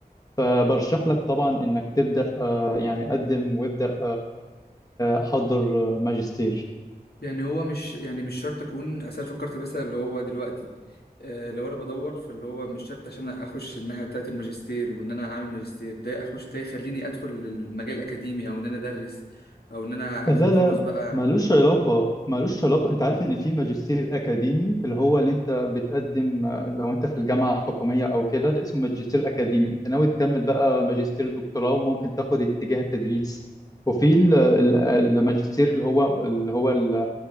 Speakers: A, on the left (about 20°); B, on the left (about 80°).
A: فبرشح لك طبعا إنك تبدأ آه، يعني قدم وابدأ احضر ماجستير
B: يعني هو مش يعني مش شرط اكون اصل أنا فكرت مثلا اللي هو دلوقتي آه لو انا بدور فاللي هو مش شرط عشان اخش الناحيه بتاعه الماجستير وان انا اعمل ماجستير ده اخش ده يخليني ادخل المجال الاكاديمي او ان انا ادرس او ان انا
A: لا
B: خ- خلاص
A: لا
B: بقى
A: ملوش علاقة ملوش علاقة انت عارف ان في ماجستير اكاديمي اللي هو اللي انت بتقدم لو انت في الجامعة الحكومية او كده ده اسمه ماجستير
B: مم.
A: اكاديمي انت ناوي تكمل بقى ماجستير دكتوراه وممكن تاخد اتجاه التدريس وفي ال- ال- الماجستير اللي هو اللي هو ال-